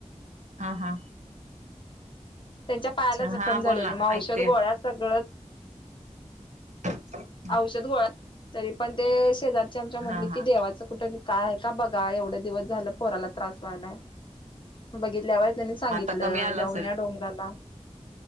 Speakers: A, on the right; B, on the left.
A: हा-हा.
B: त्यांच्या पायाला
A: अच्छा
B: जखम
A: हा
B: झालेली,
A: बोल ना
B: मग
A: ऐकते
B: औषध गोळ्या सगळं
A: <unintelligible>
B: औषध गोळा, तरी पण ते शेजारची आमच्या म्हटले
A: हा हा
B: की देवाचं कुठं काय का बघा, एवढे दिवस झालं पोराला त्रास व्हायलाय. बघितल्या वर त्यांनी सांगितलं.
A: मग आता कमी आला
B: जाऊन
A: असेल
B: या डोंगराला,